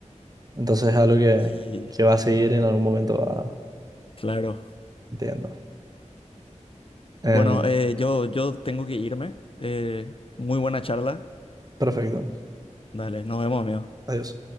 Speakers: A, on the right; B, on the left.
A: entonces es algo que,
B: Y
A: que va a seguir en algún momento, va,
B: claro.
A: entiendo. Em,
B: Bueno, eh, yo, yo tengo que irme. Eh, muy buena charla.
A: perfecto,
B: Dale, nos vemos, amigo.
A: adiós.